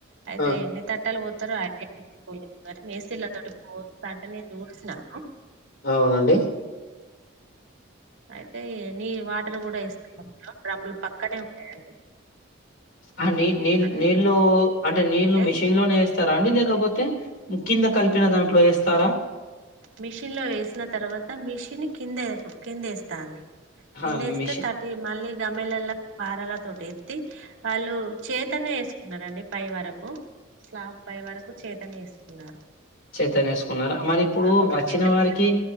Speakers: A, on the right; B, on the left.
A: అయితే
B: ఆ
A: ఎన్ని తట్టాలు పోతారోఐ కానీ మేసిలతో పోంట చూసినాను
B: అవునండి
A: అయితే నీ వాటర్ కూడా ఇస్తా బడమ్ములు పక్కనే ఉంటాయండి
B: ఆ నీ నీళ్
A: అన్ని
B: నీళ్లు అంటే నీళ్లు
A: అంటే
B: మిషన్ లోనే వేస్త స్తారా అండి లేకపోతే కింద కలిపిన దాంట్లో వేస్తారా
A: మిషన్ లో వేసిన తర్వాత మిషిన్ కింద కింద వేస్తాంది
B: ఆహా!
A: కిందేస్తే
B: మెషిన్
A: తటి మళ్ళీ గమలలో పారాల తోటి ఎత్తి వాళ్ళు చేతనే వేసుకున్నారండి పై వరకు స్లా పై వరకు చేతనే వేసుకున్నారు
B: చైతన్ వేసుకున్నారా మరి ఇప్పుడు
A: ఆ ఒకరి
B: వచ్చిన
A: చేతి నుంచి
B: వారికి